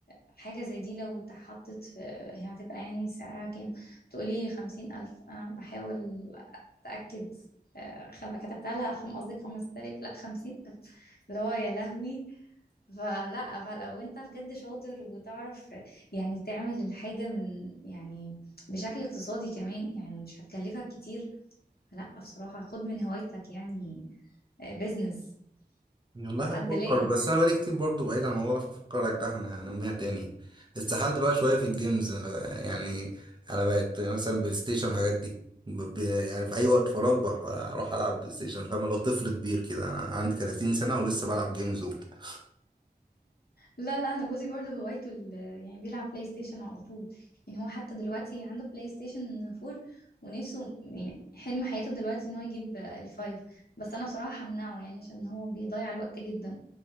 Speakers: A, on the left; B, on the right.
A: حاجه زي دي لو اتحطت في هي هتبقى يعني سعرها كام تقولي خمسين الف انا بحاول اتاكد آه، خم... كتبت لها خم... قصدي 5000 لا 50000 اللي هو يا لهوي فلا فلو انت بجد شاطر وتعرف يعني تعمل الحاجة من يعني بشكل اقتصادي كمان يعني مش هتكلفك كتير لا بصراحة خد من هوايتك يعني بيزنس
B: والله
A: لو حد
B: هفكر
A: لاقي
B: بس انا بقالي كتير برضو بعيد عن الموضوع ده فافكر ارجعها انها انميها تاني استحلت بقى شويه في الجيمز يعني انا بقت مثلا بلاي ستيشن والحاجات دي ب- ب- يعني في اي وقت فراغ بح- اروح العب بلاي ستيشن فاهم لو طفل كبير كده انا عندي 30 سنه ولسه بلعب جيمز وبتاع
A: لا لا انا جوزي برضه هوايته ال- يعني بيلعب بلاي ستيشن على طول يعني هو حتى دلوقتي عنده بلاي ستيشن 4 ونفسه يعني حلم حياته دلوقتي ان هو يجيب الفايف بس انا بصراحة همنعه يعني عشان هو بيضيع الوقت جدا